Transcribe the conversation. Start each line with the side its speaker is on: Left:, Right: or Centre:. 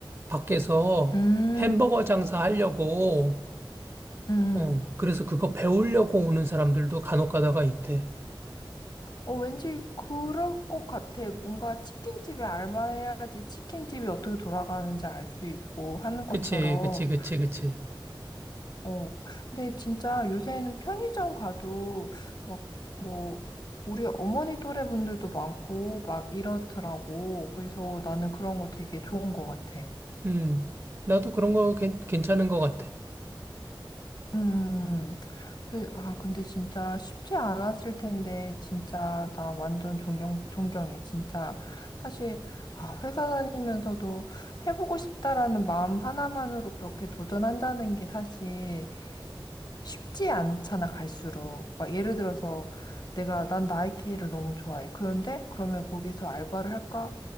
Right: 밖에서
Left: 음,
Right: 햄버거 장사하려고,
Left: 음.
Right: 어, 그래서 그거 배우려고 오는 사람들도 간혹 가다가 있대.
Left: 어, 왠지 그럴 것 같아. 뭔가 치킨집에 알바해야지 치킨집이 어떻게 돌아가는지 알 수 있고 하는 것처럼
Right: 그치, 그치, 그치, 그치.
Left: 어, 근데 진짜 요새는 편의점 가도 막 뭐 우리 어머니 또래 분들도 많고 막 이렇더라고. 그래서 나는 그런 거 되게 좋은 것 같아.
Right: 음, 나도 그런 거 괜- 괜찮은 것 같아.
Left: 음, 그- 아, 근데 진짜 쉽지 않았을 텐데, 진짜 나 완전 존경, 존경해. 진짜 사실 아, 회사 다니면서도 해보고 싶다라는 마음 하나만으로 그렇게 도전한다는 게 사실 쉽지 않잖아, 갈수록. 막 예를 들어서 내가 난 나이키를 너무 좋아해. 그런데 그러면 거기서 알바를 할까?